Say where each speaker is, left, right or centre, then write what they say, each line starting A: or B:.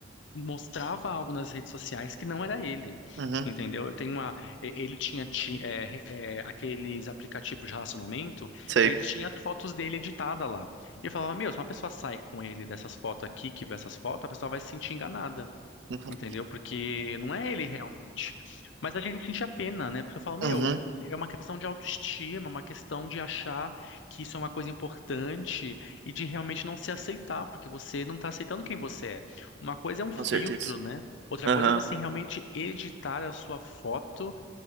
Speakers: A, on the left; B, on the right.
A: mostrava algo nas redes sociais que não era ele,
B: uhum,
A: entendeu? Eu tenho uma, e- ele tinha ti- é, é, aqueles aplicativos de relacionamento
B: sei.
A: e ele tinha as fotos dele editada lá. E eu falava, meu, se uma pessoa sai com ele dessas fotos aqui, que vê essas fotos, a pessoa vai se sentir enganada
B: Uhum.
A: entendeu? Porque não é ele realmente. Mas a gente sente a pena, né? Porque eu falo, meu,
B: Uhum,
A: é uma questão de autoestima, é uma questão de achar que isso é uma coisa importante e de realmente não se aceitar, porque você não está aceitando quem você é. Uma coisa é um filtro,
B: com certeza.
A: né? Outra
B: Aham,
A: coisa é você realmente editar a sua foto